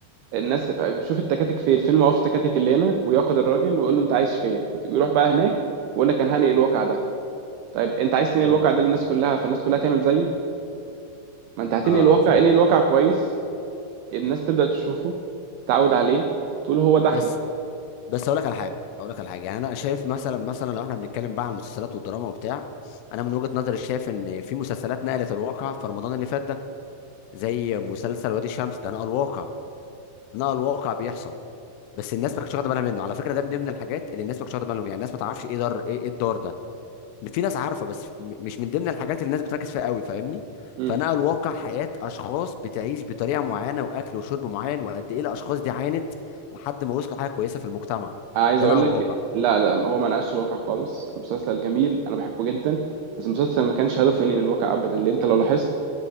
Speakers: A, on the right; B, on the left.
A: الناس بيشوف التكاتك فين فين موقف التكاتك اللي هنا وياخد الراجل ويقول له انت عايش فين ويروح بقى هناك ويقول لك انا هنقل الواقع ده طيب انت عايز تنقل الواقع
B: امم
A: ده للناس كلها فالناس كلها تعمل زيه ما انت هتنقل
B: اه
A: الواقع
B: آه، فهمت
A: انقل الواقع كويس الناس تبدأ تشوفه تعود عليه تقول هو ده احنا
B: بس بس اقول لك على حاجه اقول لك على حاجه يعني انا شايف مثلا مثلا لو احنا بنتكلم بقى عن المسلسلات والدراما وبتاع انا من وجهه نظري شايف ان في مسلسلات نقلت الواقع في رمضان اللي فات ده زي مسلسل وادي الشمس ده نقل الواقع نقل الواقع بيحصل بس الناس ما كانتش واخده بالها منه على فكره ده من ضمن الحاجات اللي الناس ما كانتش واخده بالها منه يعني الناس ما تعرفش ايه دار ايه إيه الدار ده في ناس عارفه بس م- مش من ضمن الحاجات اللي الناس بتركز فيها قوي فاهمني
A: مم.
B: فنقل واقع حياه اشخاص بتعيش بطريقه معينه واكل وشرب معين وقد ايه الاشخاص دي عانت لحد ما وصلوا حاجه كويسه في المجتمع
A: عايز
B: ده
A: اقول
B: نقل
A: لك
B: واقع
A: لا لا هو ما نقاش الواقع خالص المسلسل جميل انا بحبه جدا بس المسلسل ما كانش هدفه ينقل الواقع ابدا لان انت لو لاحظت